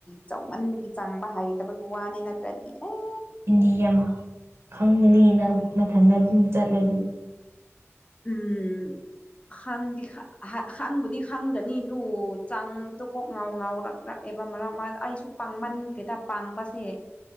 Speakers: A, on the left (about 25°); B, on the right (about 55°).
A: ꯆꯧꯃꯟꯕꯒꯤ ꯆꯥꯡꯕ ꯍꯩꯇꯕꯒꯤ ꯋꯥꯅꯤ ꯅꯠꯇ꯭ꯔꯗꯤ ꯑꯦ
B: ꯏꯤꯟꯗꯤ ꯌꯥꯝ ꯈꯪꯉꯅꯤꯅ ꯃꯊꯟꯗ ꯑꯗꯨꯝ ꯆꯠꯂꯗꯤ
A: ꯎꯝ ꯈꯪꯗꯤ ꯈꯪꯕꯨꯗꯤ ꯈꯪꯒꯅꯤꯗꯨ ꯆꯥꯡꯕꯗꯣ ꯀꯣꯛ ꯉꯥꯎ ꯉꯥꯎꯔꯛꯂꯛꯑꯦꯕ ꯃꯔꯛ ꯃꯔꯛꯇ ꯑꯩꯁꯨ ꯄꯥꯡꯃꯟ ꯀꯦꯗ ꯄꯥꯡꯕꯁꯦ